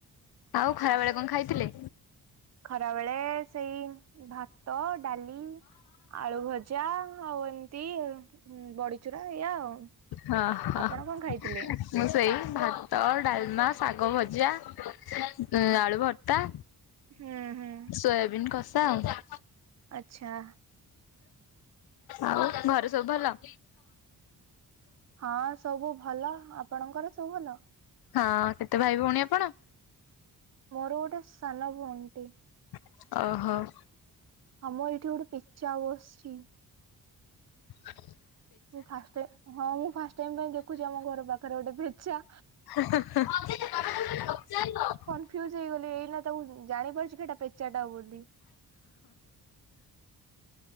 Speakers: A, on the left (about 80°); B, on the right (about 45°).
A: ଆଉ ଖରା ବେଳେ କଣ ଖାଇଥିଲେ।
B: ଖରା ବେଳେ ସେଇ, ଭାତ, ଡାଲି, ଆଳୁ ଭଜା। ଆଉ ଏମ୍ତି ବଡିଚୁରା ଏୟା ଆଉ।
A: ହଁ, ହ,
B: ଆପଣ କଣ ଖାଇଥିଲେ?
A: ମୁଁ ସେଇ ଭାତ, ଡାଲ୍ମା, ଶାଗ ଭଜା। ଉଁ, ଆଳୁ ଭର୍ତା।
B: ହଁ, ହଁ।
A: ସୋୟାବିନ୍ କଷା ଆଉ।
B: ଆଚ୍ଛା।
A: ଆଉ ଘରେ ସବୁ ଭଲ।
B: ହଁ ସବୁ ଭଲ। ଆପଣଙ୍କର ସବୁ ଭଲ।
A: ହଁ, କେତେ ଭାଇ ଭଉଣୀ ଆପଣ।
B: ମୋର, ଗୋଟେ ସାନ ଭଉଣୀ ଟେ।
A: ଅହ।
B: ଆମର, ଏଇଠି ଗୋଟେ ପେଚା ବସ୍ଚି।
A: <inaudible>
B: ମୁଁ ଫାଷ୍ଟ୍ ଟାଇମ୍, ହଁ ମୁଁ ଫାଷ୍ଟ୍ ଟାଇମ୍ ପାଇଁ ଦେଖୁଛି, ଆମ ଘର ପାଖରେ ଗୋଟେ ପେଚା।
A: <unintelligible>
B: ଫିୟୁଜ୍ ହେଇଗଲି ଏଇନା ତାକୁ ଜାଣିପାରୁଚିକି ଏଟା ପେ ଚାଟା ବୋଲି <inaudible>